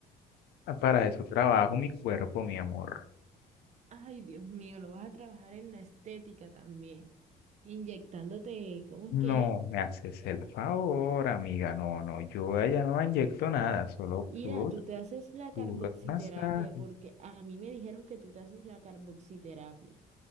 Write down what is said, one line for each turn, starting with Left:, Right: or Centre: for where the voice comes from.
Left: Ah, Para eso trabajo mi cuerpo, mi amor.
Right: Ay, Dios mío, lo vas a trabajar en la estética también, inyectándote, ¿cómo es
Left: No
Right: que? es?
Left: me haces el favor, amiga. No, no, yo allá no inyecto nada, solo
Right: Ira,
Left: puros,
Right: tú te haces la
Left: puros
Right: carboxiterapia
Left: masajes.
Right: porque a mí me dijeron que tú te haces la carboxiterapia.